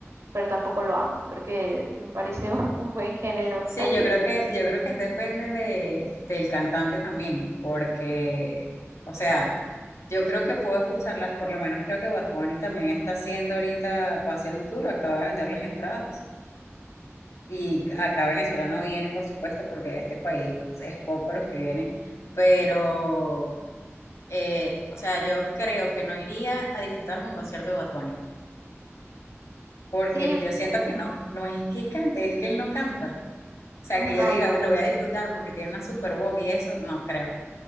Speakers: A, on the right (about 75°); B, on the left (about 85°).
A: pero tampoco lo amo. Creo que me parece <laughs> un, un buen género.
B: Sí,
A: ¿A ti?
B: yo creo que, yo creo que es depende de, del cantante también, porque, o sea, yo creo que puedo escucharla, por lo menos creo que Bad Bunny también está haciendo ahorita, va a hacer un tour, acaba de vender las entradas. Y acá Venezuela no viene, por supuesto, porque de este país es poco los que vienen, pero, eh, o sea, yo creo que no iría a disfrutarme un concierto de Bad Bunny. porque
A: Sí,
B: yo siento que no, no es que cante, es que él no canta. O sea,
A: no,
B: que yo diga, lo voy a disfrutar porque tiene una super voz y eso, no creo.